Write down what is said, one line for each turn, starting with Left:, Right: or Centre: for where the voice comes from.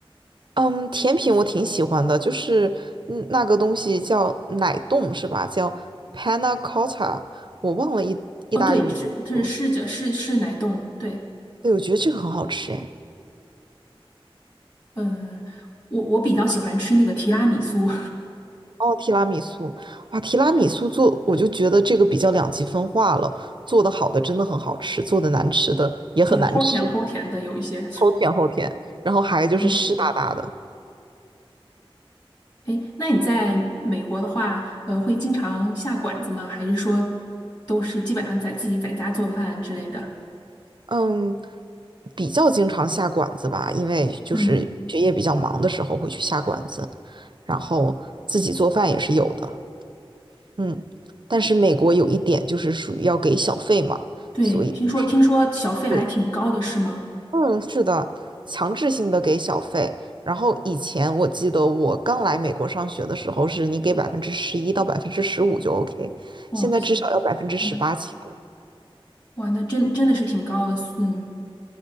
Right: 嗯，甜品我挺喜欢的，就是嗯那个东西叫奶冻是吧？叫 panna cotta，我忘了意意大利语怎么说。
Left: 哦，对，是它是是着是是奶冻，对，
Right: 对，我觉得这个很好吃哎。
Left: 嗯、我我比较喜欢吃那个提拉米苏，
Right: 哦，提拉米苏，哇，提拉米苏做，我就觉得这个比较两极分化了。做的好的真的很好吃，做的难吃的也很难吃，
Left: <laughs> 就齁甜齁甜的有一些。
Right: 齁甜齁甜，然后还就是湿哒哒的。
Left: 嗯，哎，那你在美国的话，呃，会经常下馆子吗？还是说都是基本上在自己在家做饭之类的？
Right: 嗯，比较经常下馆子吧，因为就是学业比较忙的时候会去下馆子，
Left: 嗯。
Right: 然后自己做饭也是有的。嗯，但是美国有一点就是属于要给小费嘛，
Left: 对，
Right: 所以就是
Left: 听说听说小费还挺高的，
Right: 贵。
Left: 是吗？
Right: 嗯，是的，强制性的给小费。然后以前我记得我刚来美国上学的时候，是你给百分之十一到百分之十五就 OK，
Left: 哦，
Right: 现在至少要百分之十八起步。
Left: 嗯哇，那真真的是挺高的，嗯